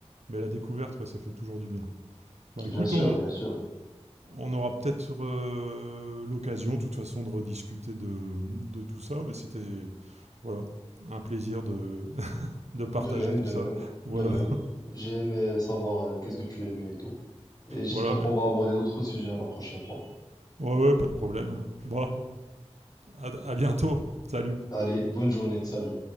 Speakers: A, on the right (about 75°); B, on the left (about 35°).
A: Mais la découverte, ouais, ça fait toujours du bien. Bah
B: bien
A: écoute,
B: sûr,
A: on,
B: bien sûr.
A: on aura peut-être euh, l'occasion, de toute façon, de rediscuter de, de tout ça. Mais c'était. Voilà. Un plaisir de, <laughs> de partager
B: De même,
A: tout
B: de
A: ça.
B: même,
A: Voilà.
B: de même. J'ai aimé savoir euh, qu'est-ce que tu aimais et tout. Et j'espère
A: Voilà, mais.
B: qu'on va aborder d'autres sujets la prochaine fois.
A: Ouais, ouais, pas de problème. Bon, à, à bientôt. Salut.
B: Allez, bonne journée, salut.